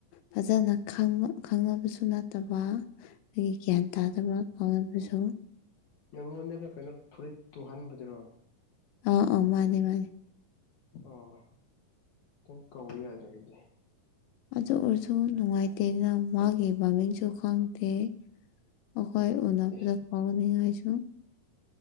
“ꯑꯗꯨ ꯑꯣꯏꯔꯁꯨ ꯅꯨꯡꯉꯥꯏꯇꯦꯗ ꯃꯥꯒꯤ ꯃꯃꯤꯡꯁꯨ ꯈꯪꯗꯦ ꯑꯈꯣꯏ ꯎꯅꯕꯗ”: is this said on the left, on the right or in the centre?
Left